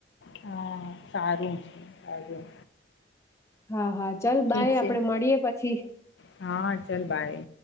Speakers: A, on the left; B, on the left.
A: હા સારું છે સારું.
B: હા હા ચાલ
A: ઠીક
B: બાાય આપડે
A: છે
B: મળીએે પછી.
A: હા ચલ બાય.